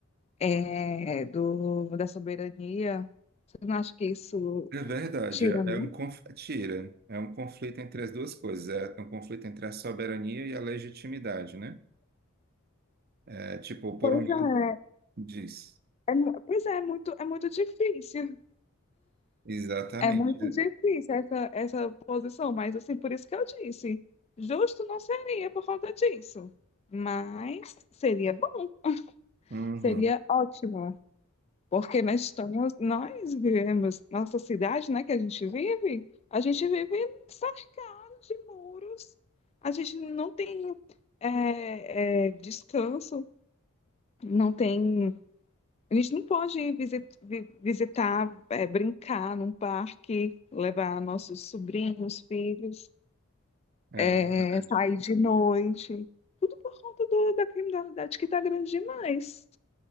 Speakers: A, on the left; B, on the right.
A: é, do, da soberania. Você não acha que isso
B: É verdade,
A: tira
B: é
A: muito?
B: é um conf... é tira, é um conflito entre as duas coisas, é um conflito entre a soberania e a legitimidade, né? É tipo, por
A: Pois
B: um lado
A: é,
B: diz,
A: é mu- pois é, é muito, é muito difícil.
B: exatamente,
A: É muito difícil essa, essa posição, mas assim, por isso que eu disse, justo não seria por conta disso. Mas seria bom,
B: uhum.
A: seria ótimo. Porque nós estamos, nós vivemos, nossa cidade, né, que a gente vive, a gente vive cercado de muros, a gente não tem é, é, descanso, não tem, a gente não pode ir visi- vi- visitar, é, brincar num parque, levar nossos sobrinhos, filhos,
B: É
A: é,
B: verdade,
A: sair de noite, tudo por conta do- da criminalidade que está grande demais.